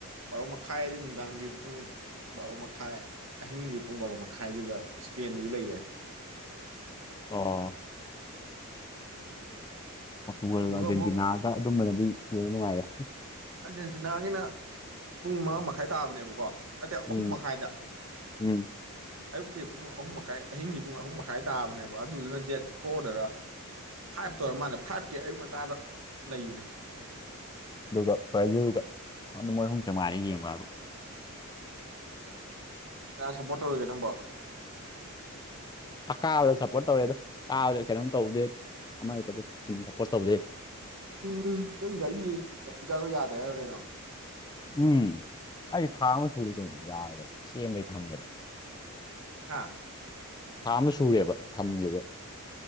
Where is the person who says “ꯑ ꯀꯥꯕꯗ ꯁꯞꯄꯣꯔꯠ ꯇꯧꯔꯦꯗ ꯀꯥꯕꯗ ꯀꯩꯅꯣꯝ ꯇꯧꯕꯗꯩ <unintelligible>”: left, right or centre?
Left